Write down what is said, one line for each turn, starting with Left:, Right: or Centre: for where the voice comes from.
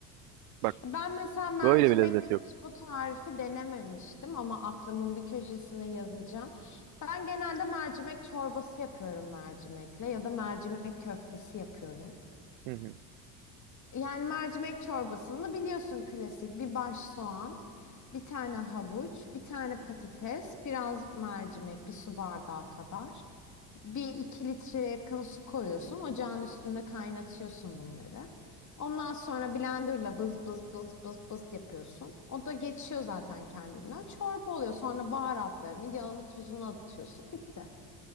Right: Bak,
Left: Ben mesela mercimek
Right: böyle bir lezzet yok.
Left: hiç bu tarifi denememiştim ama aklımın bir köşesine yazacağım. Ben genelde mercimek çorbası yapıyorum mercimekle ya da mercimek köftesi yapıyorum.
Right: Hı hı.
Left: Yani mercimek çorbasında biliyorsun klasik bir baş soğan, bir tane havuç, bir tane patates, biraz mercimek, bir su bardağı kadar. Bir iki litreye yakın su koyuyorsun. Ocağın üstünde kaynatıyorsun bunları. Ondan sonra blenderla bız bız bız bız bız yapıyorsun. O da geçiyor zaten kendinden. Çorba oluyor. Sonra baharatlarını, yağını, tuzunu atıyorsun. Bitti.